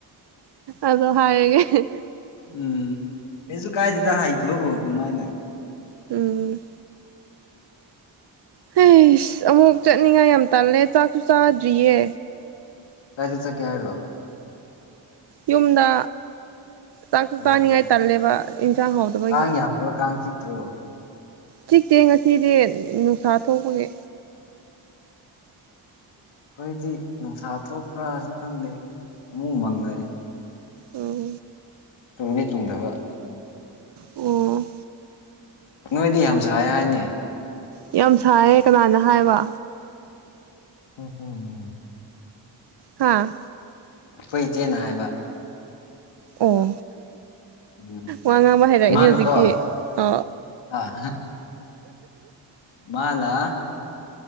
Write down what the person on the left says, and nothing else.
ꯎꯝ ꯑꯩꯁꯨ ꯀꯥꯏꯗꯦꯗ ꯍꯩꯗꯕꯨ ꯀꯃꯥꯏꯅ
ꯀꯥꯏꯗ ꯆꯠꯀꯦ ꯍꯥꯏꯔꯣ
ꯑꯣ
ꯑꯣ
ꯀꯥꯡ ꯌꯥꯝꯗ꯭ꯔꯣ ꯀꯥꯡ ꯆꯤꯛꯇ꯭ꯔꯣ
ꯑꯩꯈꯣꯏꯗꯤ ꯅꯨꯡꯁꯥ ꯊꯣꯛꯄ꯭ꯔꯥꯁꯨ ꯈꯪꯗꯦ ꯑꯃꯨꯛ ꯃꯪꯉꯛꯑꯦ
ꯅꯣꯡꯗꯤ ꯆꯨꯗꯕ
ꯅꯣꯏꯗꯤ ꯌꯥꯝ ꯁꯥꯏ ꯍꯥꯏꯅꯦ
ꯍꯝ ꯍꯝ ꯍꯝ
ꯑꯩꯈꯣꯏ ꯏꯆꯦꯅ ꯍꯥꯏꯕ
ꯎꯝ
ꯃꯥꯅꯀꯣ
ꯑ ꯃꯥꯅꯥ